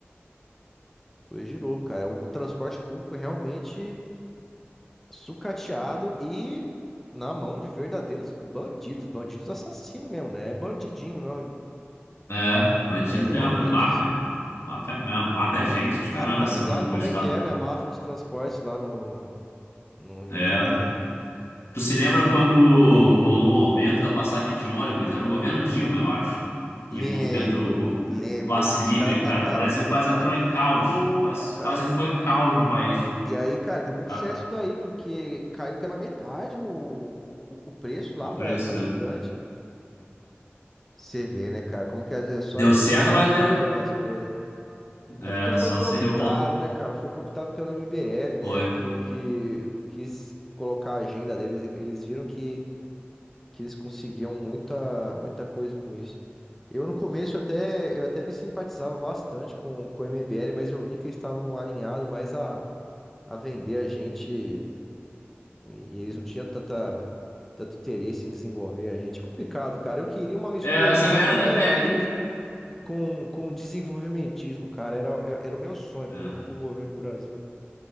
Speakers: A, in the centre; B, on the left.
A: Coisa de louco, cara. O, transporte público realmente. sucateado e na mão de verdadeiros bandidos, bandidos assassinos mesmo, né? É bandidinho, não.
B: É, bandido
A: É realmente,
B: mesmo, é máfia. Máfia mesmo, mata gente, e os
A: você
B: caramba,
A: tá
B: se
A: ligado
B: não gostar,
A: como é que
B: não.
A: é, né? A máfia dos transportes lá no, no Rio
B: É.
A: de Janeiro.
B: Tu se lembra quando
A: Então,
B: rolou o aumento da passagem de ônibus? Era no governo Dilma, eu acho.
A: lembro,
B: E o movimento go-
A: lembro
B: passe
A: que
B: livre,
A: os caras tacaram,
B: cara, o Brasil quase
A: tacaram
B: entrou
A: fogo,
B: em caos. Quase,
A: cara.
B: quase foi caos no país.
A: E aí, cara, deu muito
B: A-
A: certo isso daí, porque caiu pela metade o, o, o preço lá
B: O
A: para
B: preço, né?
A: estudante. Você vê, né, cara, como que às vezes é só
B: Deu
A: a gente
B: certo,
A: tacar
B: mas
A: fogo
B: deu.
A: nas coisas. É
B: É,
A: porque foi
B: só
A: cooptado,
B: se revolta.
A: né, cara? Foi cooptado pelo MBL, né?
B: Foi.
A: Que, que quis colocar a agenda deles. Eles viram que, que eles conseguiam muita, muita coisa com isso. Eu no começo até eu até me simpatizava bastante com, com o MBL, mas eu vi que eles estavam alinhados mais a, a vender a gente e, e eles não tinham tanta, tanto interesse em desenvolver a gente. É complicado, cara. Eu queria uma mistura
B: É, essa
A: de
B: galera
A: liberalismo
B: da MBL.
A: com, com desenvolvimentismo, cara. Era, era o meu sonho para
B: é.
A: um, pra um governo pro Brasil.